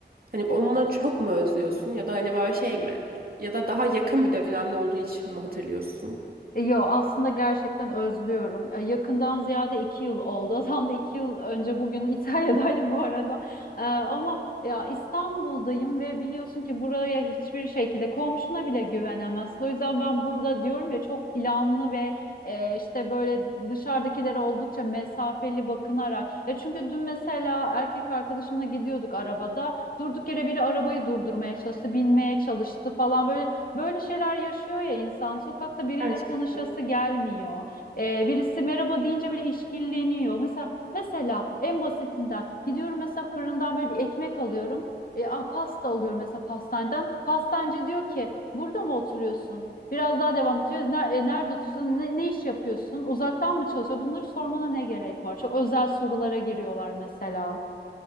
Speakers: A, on the right; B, on the left.
A: Hani onunla çok mu özlüyorsun ya da hani böyle şey mi? Ya da daha yakın bir dönemde olduğu için mi hatırlıyorsun?
B: E, Yo aslında gerçekten özlüyorum. E, Yakından ziyade iki yıl oldu. <laughs> Tam da iki yıl önce bugün <laughs> İtalya'daydım bu arada. E, ama ya İstanbul'dayım ve biliyorsun ki buraya hiçbir şekilde komşuna bile güvenemezsin. O yüzden ben burada diyorum ya çok planlı ve e, işte böyle dışarıdakilere oldukça mesafeli bakınarak. Ya çünkü dün mesela erkek arkadaşımla gidiyorduk arabada. Durduk yere biri arabayı durdurmaya çalıştı, binmeye çalıştı falan böyle. Böyle şeyler yaşıyor ya insan. Sokakta biriyle
A: Gerçekten.
B: tanışası gelmiyor. Ee, birisi merhaba deyince bile işkilleniyor. Mesela mesela en basitinden gidiyorum mesela fırından böyle bir ekmek alıyorum. E, a, pasta alıyorum mesela pastaneden. Pastancı diyor ki burada mı oturuyorsun? Biraz daha devam ediyor. "Ner- e, Nerede oturuyorsun? Ne, ne iş yapıyorsun? Uzaktan mı çalışıyor? Bunları sormana ne gerek var? Çok özel sorulara giriyorlar mesela.